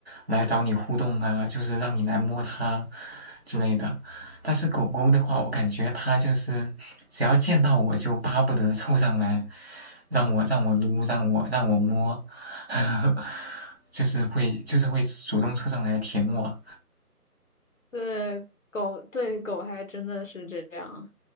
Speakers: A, on the right; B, on the left.
A: 来找你互动啊，就是让你来摸它之类的。但是狗狗的话，我感觉它就是只要见到我就巴不得凑上来，让我让我撸，让我让我摸，<laughs> 就是会就是会主动凑上来舔我。
B: 对，狗，对，狗还真的是这样。